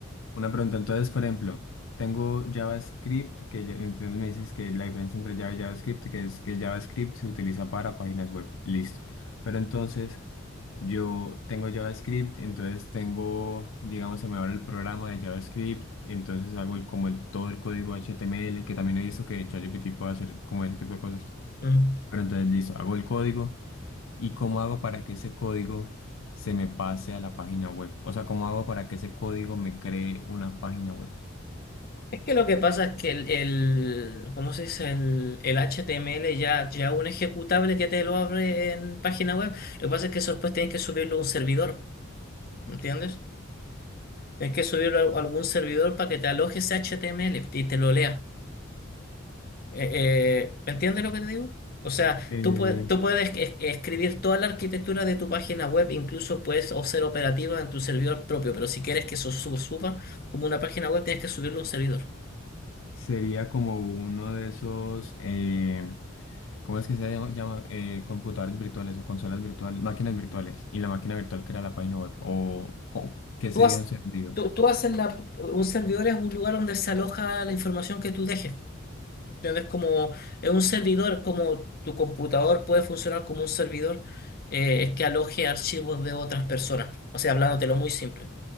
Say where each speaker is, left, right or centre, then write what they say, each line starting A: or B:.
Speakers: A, on the left; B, on the left.
A: Una pregunta, entonces, por ejemplo, tengo JavaScript, que ya- entonces me dices que la diferencia entre Java y JavaScript, que es que JavaScript se utiliza para páginas web, listo. Pero entonces, yo tengo JavaScript, entonces tengo, digamos, se me abre el programa de JavaScript, entonces hago el, como el- todo el código HTML, que también he visto que ChatGPT puede hacer como ese tipo de cosas.
B: Mm.
A: Pero entonces, listo, hago el código. ¿Y cómo hago para que ese código se me pase a la página web? O sea, ¿cómo hago para que ese código me cree una página web?
B: Es que lo que pasa es que el, el- ¿cómo se dice? El, el HTML ya, ya un ejecutable que te lo abre en página web, lo que pasa es que eso después tienes que subirlo a un servidor, ¿entiendes? Tienes que subirlo a algún servidor para que te aloje ese HTML y te lo lea. Eh, eh, ¿me entiendes lo que te digo? O sea,
A: Eh,
B: tú, puedes tú puedes es- escribir toda la arquitectura de tu página web, incluso puedes o ser operativa en tu servidor propio, pero si quieres que eso su- suba como una página web, tienes que subirlo a un servidor.
A: sería como uno de esos, eh, ¿cómo es que se llama? llama? Eh, computadores virtuales o consolas virtuales, máquinas virtuales. Y la máquina virtual crea la página web. ¿O co- qué
B: Tú,
A: sería
B: has-
A: un servidor?
B: tú, tú haces la, un servidor es un lugar donde se aloja la información que tú dejes. ¿Entiendes? Como es un servidor, como tu computador puede funcionar como un servidor, eh, es que aloje archivos de otras personas. O sea, hablándotelo muy simple.